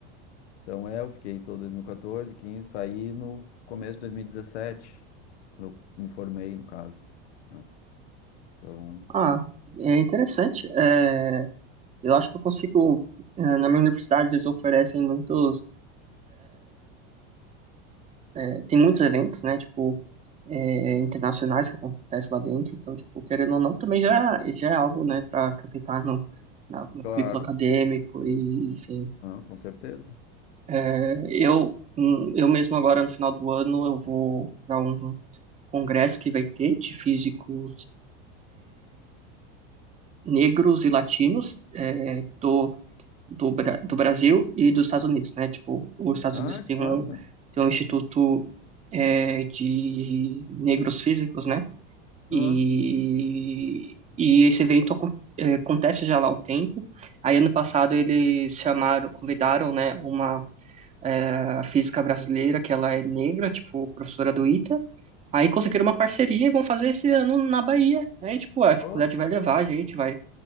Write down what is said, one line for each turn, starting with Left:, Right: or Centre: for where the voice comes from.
Left: Então é, eu fiquei todo 2014, 15, saí no começo de 2017, quando eu me formei, no caso. né? Então,
Right: Ah, é interessante. É, eu acho que eu consigo. é, Na minha universidade, eles oferecem muitos. é, tem muitos eventos, né? Tipo, é, internacionais que acontecem lá dentro. Então, tipo, querendo ou não, também já, já é algo, né, para acrescentar no, na- no
Left: Claro.
Right: currículo acadêmico. E, enfim.
Left: ah, com certeza.
Right: É, Eu, hum, eu mesmo agora, no final do ano, eu vou para um congresso que vai ter de físicos negros e latinos. Estou do, Bra- do Brasil e dos Estados Unidos, né? Tipo, os Estados
Left: Ah,
Right: Unidos tem
Left: que massa.
Right: um, tem um instituto é, de negros físicos, né? E,
Left: Ah,
Right: e esse evento acon- é, acontece já lá há um tempo. Aí, ano passado, eles chamaram, convidaram, né, uma é, física brasileira, que ela é negra, tipo, professora do ITA. Aí conseguiram uma parceria e vão fazer esse ano na Bahia, né? E, tipo, a faculdade
Left: oh,
Right: vai levar a gente, vai,